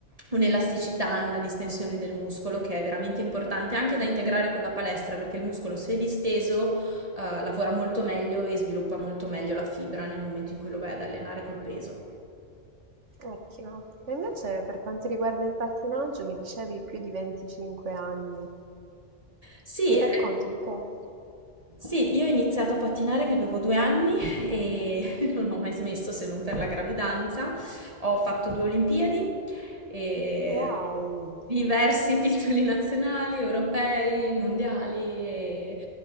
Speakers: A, on the right (about 30°); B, on the right (about 75°).
A: Un'elasticità, una distensione del muscolo che è veramente importante anche da integrare con la palestra perché il muscolo se disteso eh, lavora molto meglio e sviluppa molto meglio la fibra nel momento in cui lo vai ad allenare col peso.
B: Ottimo. E invece per quanto riguarda il pattinaggio, mi dicevi più di 25 anni.
A: Sì,
B: Mi
A: eh,
B: racconti un po'?
A: Sì, io ho iniziato a pattinare che avevo due anni e <laughs> non ho mai smesso se non per la gravidanza. Ho fatto due Olimpiadi e
B: Wow,
A: diversi <laughs> titoli nazionali, europei, mondiali e